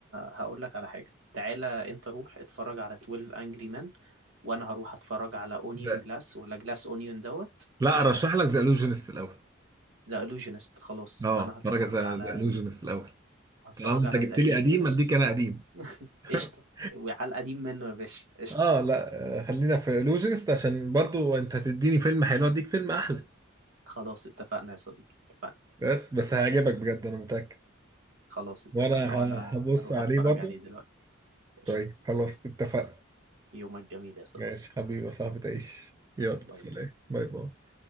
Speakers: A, on the right; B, on the right.
A: هقول لك على حاجة تعالى أنت روح اتفرج على 12 Angry Men وأنا هروح أتفرج على Onion
B: لا
A: Glass ولا Glass Onion دوت
B: لا،
A: قشطة
B: أرشح لك ذا إلوجينست الأول
A: ده Illusionist خلاص
B: أه
A: أنا
B: اتفرج
A: هتفرج
B: على
A: على
B: ذا إلوجينست الأول
A: هتفرج
B: طالما أنت
A: على
B: جبت
A: ذا illusionist
B: لي قديم أديك
A: و-
B: أنا قديم <laughs>
A: قشطة وعلى القديم منه يا باشا قشطة
B: أه لا آه، خلينا في إلوجينست عشان برضو أنت هتديني فيلم حلو أديك فيلم أحلى
A: خلاص اتفقنا يا صديقي اتفقنا
B: بس بس هيعجبك بجد أنا متأكد
A: خلاص اتفقنا
B: وأنا
A: وانا
B: ه- هبص
A: هروح
B: عليه
A: اتفرج
B: برضو
A: عليه دلوقتي قشطة
B: طيب خلاص اتفقنا
A: يومك جميل يا صديقي
B: ماشي حبيبي يا صاحبي تعيش يلا
A: باي
B: سلام
A: باي.
B: باي باي